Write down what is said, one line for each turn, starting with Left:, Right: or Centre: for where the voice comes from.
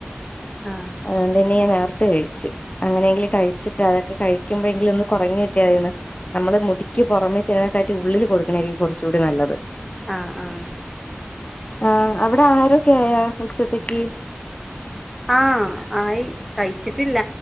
Centre: ആഹ
Left: അത്തിനു ഞാൻ നേരത്തെ കഴിച്ചു അങ്ങനെയെങ്കിലും കഴിച്ചിട്ട് അതൊക്കെ കഴിക്കുമ്പഴെങ്കലും ഒന്ന്കൊറഞ്ഞ് കിട്ടാ മതിന്ന് നമ്മള് മുടിക്ക് പുറമേ ചേതിനെക്കാട്ടി ഉള്ളിൽ കൊടുക്കണായിരിക്കും കുറച്ചുടി നല്ലത്
Centre: ആഹ് ആഹ്
Left: ആ്ഹ് അവിടെ ആര് കെയ ഉച്ചത്തക്ക്
Centre: ആഹ് ആയി കഴിച്ചിട്ടില്ല